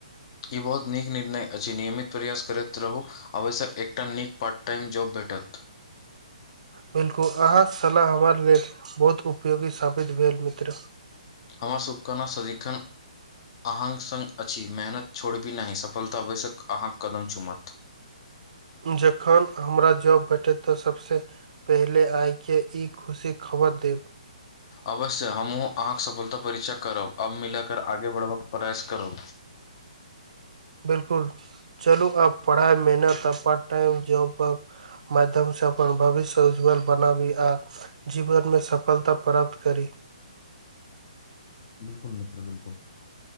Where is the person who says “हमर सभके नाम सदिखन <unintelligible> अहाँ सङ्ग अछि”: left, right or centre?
Left